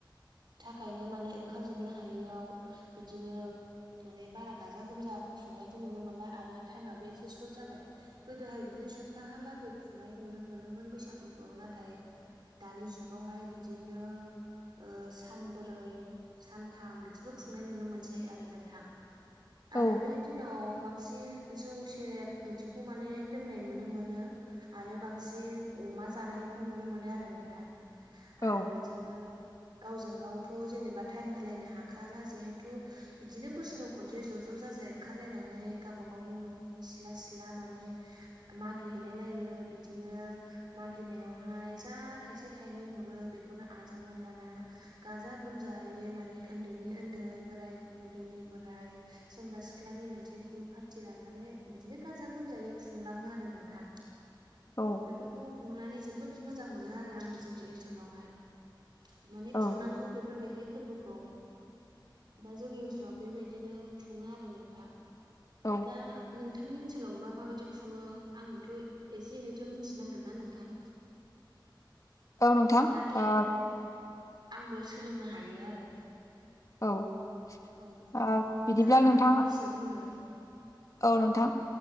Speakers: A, on the right; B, on the left.
A: थाखायनो माने ओंखारजोबनो हायैआव बिदिनो माने बारा गाजा गोमजा खुंनायखौ नुनो मोनला आरो टाइमाबो एसे सर्ट जाबाय गोदोहाय बिदिनो सप्ताहालागै खुंनाय नुनो मोनोमोन बैसागुखौ नाथाय दानि जुगावहाय बिदिनो ओ सानब्रै सानथाम बिदिल' खुंनाय नुनो मोनसै आरो नोंथां
B: औ
A: आरो बे दिनाव बांसिन जौ सेरेब बिदिखौ माने लोंनाय नुनो मोनो आरो बांसिन अमा जानायखौ नुनो मोनो आरो नोंथां
B: औ
A: आरो बिदिनो गावजों गावथ जेनोबा टाइम होलायनो हाखाला जिहेथु बिदिनो बोसोराव खन खनसे ज' जाजाय ओंखारलायनानै गावबा गावनि न'नि सिला सिला माने हो मागिहैलाय लायो बिदिनो मागिनायावहाय जा थाइसे थाइ थाइनै ह'रो बेखौनो आजावनानै लाना गाजा गोमजायै माने ओन्दैनि ओन्दै बोराइ बुरिनि बोराय सेंग्रा सिख्लानि मोनसे ग्रुप पार्टि लानानै बिदिनो गाजा गोमजायै खुंलांङो आरो नोंथां।
B: औ
A: बेफोरखौ नुनानै जोबोद मोजां मोनो आरो आंङो जोंनि ओनसोलावहाय माने
B: औ
A: खुंनांगौ बेफोर बायदि फोरबोखौ- दा जोंनि ओनसोलाव बेबायदिनो खुंङो आरो नोंथां।
B: औ-
A: दा नोंथांनि ओनसोलावबा माबायदि खुंङो आंबोथ एसे एनैथ मिथिनांगोन ना नोंथां।
B: औ नोंथां
A: जाहाथे
B: ओ
A: आंबो सोलोंनो हायो आरो
B: औ
A: औ
B: ओ
A: नोंथांङा
B: बिदिब्ला
A: होमबा
B: नोंथाङा
A: फंनैसो बुंदो?
B: औ नोंथां।